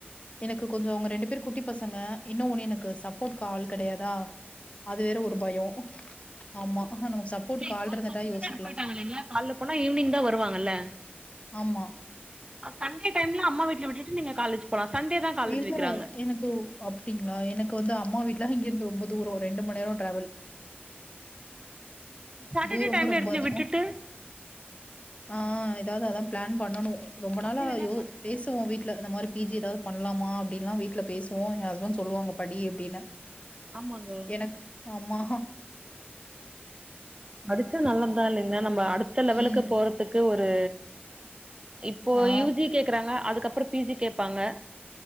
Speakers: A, on the left; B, on the right.
A: எனக்கு கொஞ்சோ அவுங்க ரெண்டு பேரு குட்டி பசங்க என்ன ஒன்னு எனக்கு சப்போர்ட்க்கு ஆள் கெடையாதா அது வேற ஒரு பயோ ஆமா <unintelligible>
B: இல்ல இப்போ
A: ஆள் இருந்துட்டா
B: ஃபஸ்ட்டு
A: யோசிக்கலா
B: டைம் போய்ட்டாங்க இல்லைங்களா கால்ல போனா ஈவினிங் தா வருவாங்க இல்ல
A: ஆமா
B: ஆ சண்டே டைம்ல அம்மா வீட்ல விட்டுட்டு நீங்க காலேஜ் போலா சண்டே தா காலேஜ்
A: இல்ல
B: வைக்கிறாங்க
A: எனக்கு ஒ ஓ அப்டிங்ளா எனக்கு வந்து அம்மா வீட்லா இங்க இருந்து ரொம்ப தூரோ ரெண்டுமண்நேரோ ட்ராவல்
B: சாட்டர்டே
A: தூரமும்
B: டைம்ல
A: ரொம்ப
B: எடுத்துனே
A: அதிகம்.
B: விட்டுட்டு
A: ஆ ஏதாவ்து அதா ப்ளான் பண்ணனு ரொம்ப நாளா
B: அப்டி வேணா
A: யோ
B: பண்ணுங்க
A: பேசுவோ வீட் ட்ல இந்த மாரி பி ஜி ஏதாவ்து பண்லாமா அப்டின்ல்லா வீட்ல பேசுவோ என் ஹஸ்பண்ட் சொல்வாங்க படி அப்டின்னு
B: ஆமாங்க
A: எனக்கு ஆமா
B: படிச்சா நல்லத்தா இல்லைங்ளா நம்ம அடுத்த லெவலுக்கு
A: ம்.
B: போறத்துக்கு ஒரு இப்போ
A: ஆ.
B: யூ ஜி கேக்கறாங்க அதுக்கப்ரோ பி ஜி கேப்பாங்க